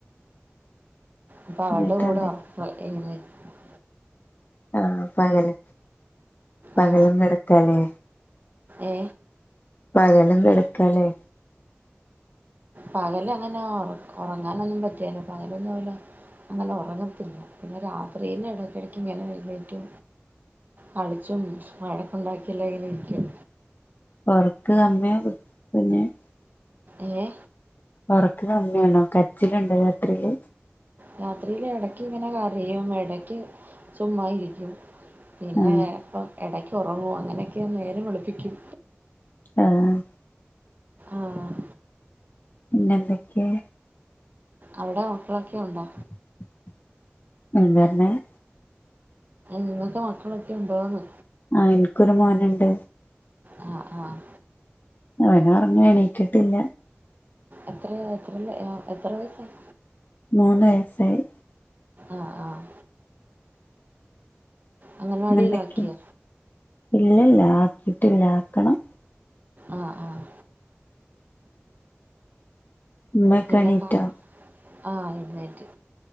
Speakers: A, on the right (about 40°); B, on the left (about 45°).
A: ഇപ്പ അവളടെ
B: എന്നിട്ട്
A: കൂടെ
B: എന്തൊക്കെ
A: ഉറക്കവാ <unintelligible>
B: ആഹ് പകല് പകലും
A: ആ
B: കെടക്കാല്ലേ
A: ഏ
B: പകലും കെടക്കാല്ലെ
A: പകലങ്ങനെ ഉറ ഉറങ്ങാനൊന്നും പറ്റിയേല പകലൊന്നും ഇവള് അങ്ങനെ ഉറങ്ങത്തില്ല. പിന്നെ രാത്രിയില് ഇടയ്ക്കിടയ്ക്ക് ഇങ്ങനെ എഴുന്നേറ്റു കളിച്ചും വഴക്കുണ്ടാക്കിയെല്ലാം ഇരിക്കും
B: ഒറക്ക് <unintelligible>
A: ഏഹ്
B: ഒറക്ക് അമ്മയാണോ കരച്ചിലുണ്ടോ രാത്രിയില്
A: രാത്രിയില് ഇടയ്ക്ക് ഇങ്ങനെ കരയും ഇടയ്ക്ക് ചുമ്മാ ഇരിക്കും പിന്നെ
B: ആഹ്
A: ഇപ്പം ഇടക്ക് ഉറങ്ങും അങ്ങനെയൊക്കെ നേരം വെളുപ്പിക്കും
B: ആഹ്
A: ആഹ്
B: പിന്നെ എന്തക്കെയ
A: അവിടെ മക്കളൊക്കെ ഉണ്ടോ
B: <unintelligible>
A: നിങ്ങൾക്ക് മക്കളൊക്കെ ഉണ്ടോന്ന്
B: ആഹ് എനിക്കൊരു മോനുണ്ട്
A: ആഹ് ആഹ്
B: അവൻ ഉറങ്ങി എണീറ്റട്ടില്ല
A: എത്രയ എത്തറില എത്ര വയസ്സാണ്
B: മൂന്ന് വയസ്സായി
A: ആഹ് ആഹ് അംഗനവാടിയിലാക്കിയ
B: ഇന്ന് എന്തൊക്കെയാ ഇലില്ല ആക്കിട്ടില്ലാ ആക്കണം
A: ആഹ് ആഹ്
B: ഉമ്മയൊക്കെ
A: പിന്നെ
B: എണീറ്റോ
A: കാ ആഹ് ഏഴുന്നേറ്റു